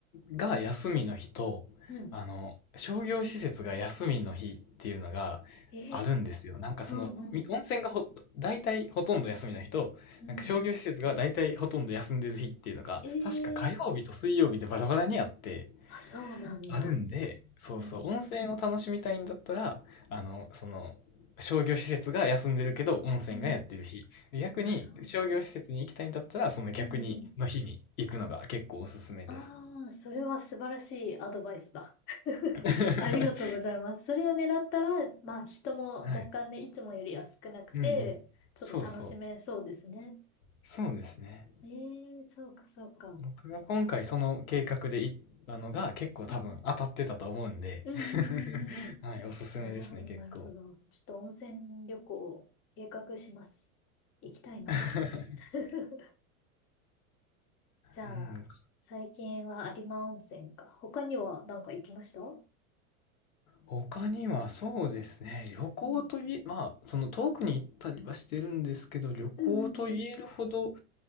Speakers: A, on the left (about 75°); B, on the left (about 30°).
A: が休みの日と、
B: うん。
A: あの、商業施設が休みの日っていうのがあるんですよ。
B: ええ
A: なんかその、
B: うんうん。
A: み温泉がほ、大体ほとんど休みの日と、
B: うん。
A: なんか商業施設が大体ほとんど休んでる日っていうのが、
B: ええ
A: 確か火曜日と水曜日でバラバラにあって、
B: あ、そうなんだ。
A: あるんで、そうそう、
B: うん。
A: 温泉を楽しみたいんだったら、あの、その、商業施設が休んでるけど、温泉がやってる日。
B: うん。
A: で逆に、
B: なるほど。
A: 商業施設に行きたいんだったら、その逆に、
B: うんうん。
A: の日に行くのが結構おすすめです。
B: ああ、それは素晴らしいアドバイスだ。<laughs>
A: <laughs>
B: ありがとうございます。それを狙ったら、まあ人も若干ね、
A: はい。
B: いつもよりは少なくて、
A: うんうん。
B: ちょっと楽しめそうですね。
A: そうそう。そうですね。
B: ええそうか、そうか。
A: 僕が今回その計画で行ったのが結構多分当たってたと思うんで
B: うん、うんうんうんうん。
A: <laughs> はい、おすすめですね、
B: なるほど、
A: 結構。
B: なるほど。ちょっと温泉旅行を計画します。行きたいな、
A: <laughs>
B: 本当に。<laughs> じゃあ、
A: うん
B: 最近は有馬温泉か。他には何か行きましたう
A: 他にはそうですね、旅行といえ、
B: ん
A: まあ、その遠くに行ったりはしてるんですけど、旅行と言えるほど
B: うんうんうん。